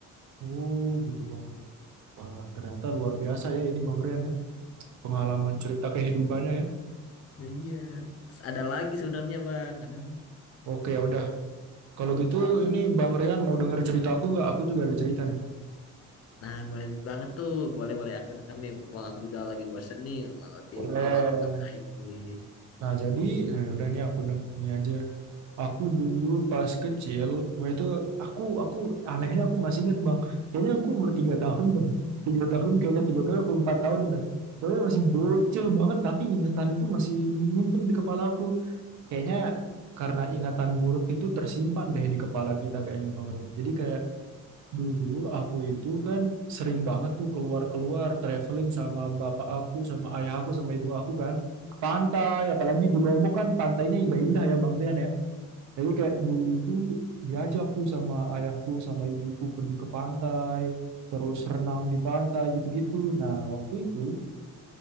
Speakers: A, on the right; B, on the left.
A: Oh, gitu Bang Rian. Wah, ternyata luar biasa ya ini Bang Rian ya. Pengalaman cerita kehidupannya ya.
B: Nah, iya terus ada lagi sebenarnya bang ada
A: Oke, ya udah. Kalau gitu ini Bang Rian mau denger cerita aku nggak? Aku juga ada cerita nih.
B: Nah, boleh banget tuh. Boleh-boleh aku denger nih. Bang, aku juga lagi bosen nih. Di
A: Boleh.
B: rumah ngapa-ngapain sih.
A: Nah, jadi, nah ya udah nih aku deng- ini aja. Aku dulu pas kecil, wah itu aku aku anehnya aku masih inget bang, kayaknya aku umur tiga tahun bang, tiga tahun kayaknya tiga tahun atau empat tahun dah, pokoknya masih bocil banget, tapi ingatan itu masih nyimpen di kepala aku, kayaknya karena ingatan buruk itu tersimpan deh di kepala kita kayaknya bang Ren. Jadi kayak dulu aku itu kan sering banget tuh keluar-keluar traveling sama bapak aku, sama ayah aku, sama ibu aku kan, ke pantai, apalagi di Lombok kan pantainya indah-indah ya bang Rian ya. Jadi kayak dulu itu diajak tuh sama ayahku sama ibuku pergi ke pantai, terus renang di pantai gitu-gitu. Nah, waktu itu